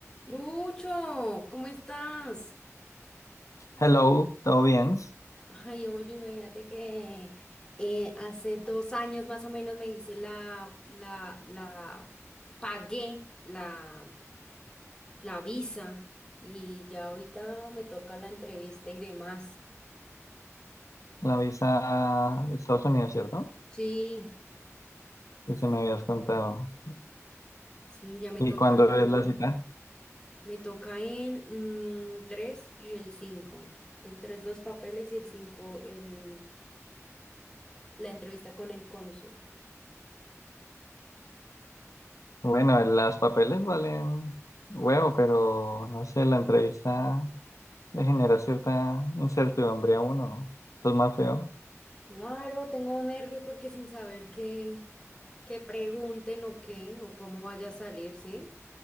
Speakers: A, on the left; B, on the left.
A: Lucho, ¿cómo estás?
B: Hello, ¿todo bien?
A: Ay, oye, imagínate que eh, hace dos años más o menos me hice la, la, la, pagué la, la visa y ya ahorita me toca la entrevista y demás.
B: La visa de Estados Unidos, ¿cierto?
A: Sí,
B: Que se me habías contado.
A: sí, ya me
B: ¿Y
A: toca,
B: cuándo es la cita?
A: me toca el mm, 3 y el cinco, El 3 los papeles y el 5 el, la entrevista con el cónsul.
B: Bueno, los papeles valen huevo, pero no sé, la entrevista le genera cierta incertidumbre a uno. Eso es más feo.
A: Claro, tengo nervios porque sin saber qué, que pregunten o qué, o cómo vaya a salir, ¿sí?